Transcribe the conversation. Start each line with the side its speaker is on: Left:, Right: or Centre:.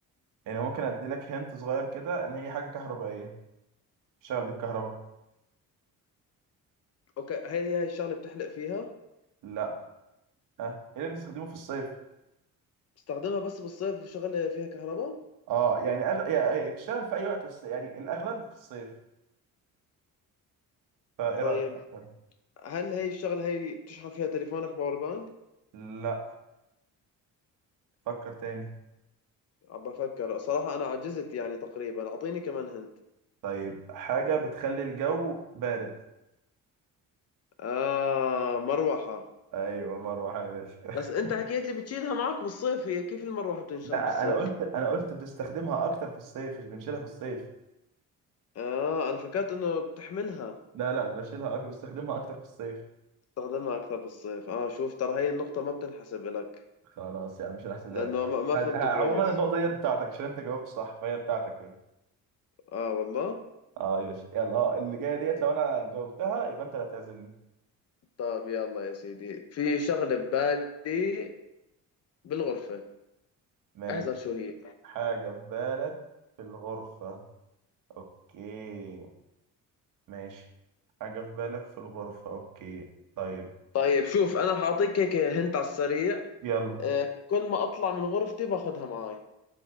Right: يعني ممكن ادي لك هنت صغير كده ان هي حاجه كهربائيه بتشتغل بالكهرباء
Left: اوكي هل هي هاي الشغلة بتحلق فيها
Right: لا ها ايه اللي بنستخدمه في الصيف
Left: بتستخدمها بس بالصيف وشغلة فيها كهرباء
Right: اه يعني أغ... يعني بتشتغل في اي وقت بس يعني الاغلب في الصيف فايه
Left: طيب
Right: رايك أكتر؟
Left: هل هي الشغلة هي بتشحن فيها تليفونك باور بانك؟
Right: لا فكر تاني
Left: عم بفكر صراحة أنا عجزت يعني تقريبا أعطيني كمان هنت
Right: طيب حاجه بتخلي الجو بارد
Left: آه مروحة
Right: ايوه مروحه يا باشا <laughs>
Left: بس أنت حكيت لي بتشيلها معك بالصيف هي كيف المروحة بتنشال
Right: لا
Left: بالصيف؟
Right: انا قلت انا قلت بتستخدمها اكتر في الصيف مش بنشيلها في الصيف
Left: آه أنا فكرت إنه بتحملها
Right: لا لا بشيلها أكتر بستخدمها اكتر في الصيف
Left: بتستخدمها أكثر بالصيف آه شوف ترى هي النقطة ما بتنحسب لك
Right: خلاص يعني مش هحسبها
Left: لأنه
Right: لك
Left: ما ما
Right: ه-
Left: فهمت
Right: ه-
Left: كويس
Right: عموما النقطة دي بتاعتك عشان انت جاوبت صح فهي بتاعتك يعني
Left: آه والله
Right: اه يا باشا يلا اه اللي جايه ديت لو انا جاوبتها يبقى انت اللي هتعزمني
Left: طيب يلا يا سيدي في شغلة ببالي بالغرفة
Right: ماشي
Left: احذر شو هي
Right: حاجه في بالك في الغرفه اوكي ماشي حاجه في بالك في الغرفه اوكي طيب
Left: طيب شوف أنا حاعطيك هيك هنت على السريع
Right: يلا
Left: آه، كل ما اطلع من غرفتي باخذها معاي